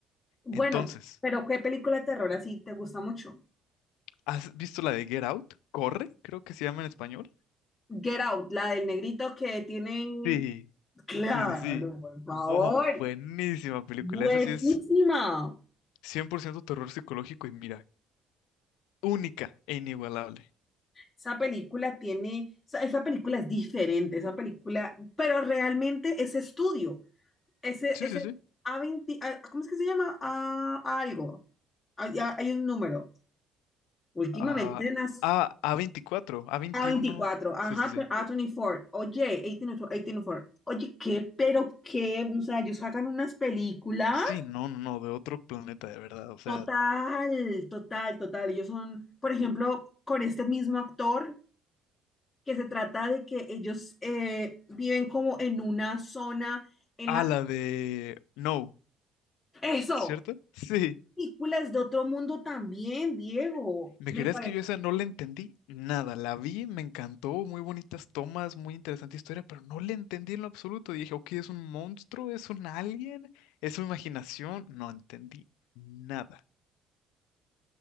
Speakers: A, on the left; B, on the left.
A: Bueno,
B: Entonces,
A: pero ¿qué película de terror así te gusta mucho?
B: ¿has visto la de Get Out? Corre, creo que se llama en español.
A: Get Out, la del negrito que tiene...
B: Sí,
A: Claro,
B: sí, sí, sí.
A: por favor.
B: Wow, buenísima película.
A: Buenísima.
B: Esa sí es 100% terror psicológico y mira, única e inigualable.
A: Esa película tiene, esa, esa película es diferente, esa película, pero realmente ese estudio, ese,
B: Sí,
A: ese
B: sí, sí.
A: a veinte ah, ¿cómo es que se llama? A, a algo. Hay, hay un número. Últimamente
B: Ah,
A: nas
B: ah, A, A24, a veintiuno
A: a veinticuatro ajá,
B: Sí, sí, sí.
A: tu- A24, oye, 18, 18, Oye, ¿qué? Pero qué, o sea, ellos sacan unas películas.
B: Sí, no, no, no, de otro planeta, de verdad. O sea,
A: Total, total, total. Ellos son, por ejemplo, con este mismo actor. que se trata de que ellos eh, viven como en una zona en
B: a
A: la...
B: la de No,
A: Eso,
B: ¿cierto? <laughs> Sí.
A: películas de otro mundo también, Diego,
B: ¿Me
A: me
B: creías
A: parece.
B: que yo esa no la entendí? Nada, la vi, me encantó, muy bonitas tomas, muy interesante historia, pero no la entendí en lo absoluto. Dije, ok, ¿es un monstruo? ¿Es un alien? ¿Es su imaginación? No entendí nada.